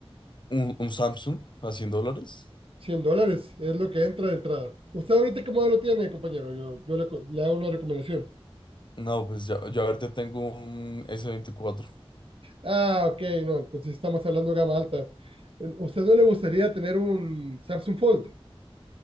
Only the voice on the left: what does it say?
un, un Samsung a 100 dólares.
No, pues ya, yo ahorita tengo un s veinticuatro.